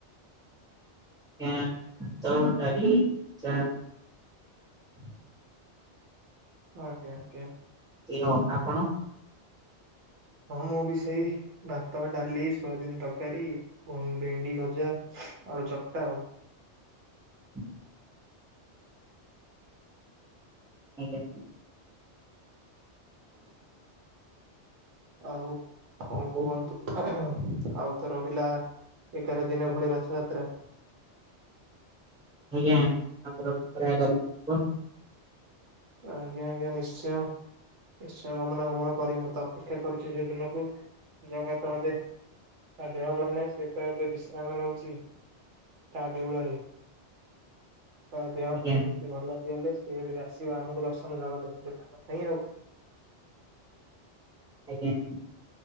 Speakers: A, in the centre; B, on the right (about 80°).
A: ଆଜ୍ଞା ଭାତ ଡାଲି ଚା
B: <inaudible> ଆଜ୍ଞା ଆଜ୍ଞା
A: <unintelligible> ଆପଣ
B: ହଁ ମୁଁ ବି ସେଇ ଭାତ ଡାଲି ସୋୟାବିିନ ତରକାରୀ ପ ଭେଣ୍ଡି ଭଜା ଆଳୁ ଚକଟା ଆଉ
A: <inaudible> ଆଜ୍ଞା
B: ଆଉ କଣ
A: ହଉ
B: କୁହନ୍ତୁ ଆଉ ତ ରହିଲା ଏଗାର ଦିନ ଭଳି ରଥଯାତ୍ରା
A: ଆଜ୍ଞା ଠାକୁରଙ୍କର ଆଗମନ ହବ
B: ଆଜ୍ଞା ଆଜ୍ଞା ନିଶ୍ଚୟ ନିଶ୍ଚୟ ଗମନା ଗମନ କରି ମତେ ଅପେକ୍ଷା କରିଛି ସେଦିନକୁ ଜଗାତ ଏବେ ତା ଦେହ ଭଲ ନାହିଁ ସେ ତ ଏବେ ବିଶ୍ରାମ ନେଉଚି ତା ଦେଉଳରେ ତା ଦେହ
A: ଆଜ୍ଞା
B: କେମିତି ଭଲ ହେଇଗଲେ ସେଏ ଆ ଆମକୁ ଦର୍ଶନ ଜଗ ଦେ ଦେଖିବା ପାଇଁ ଆଉ
A: ଆଜ୍ଞା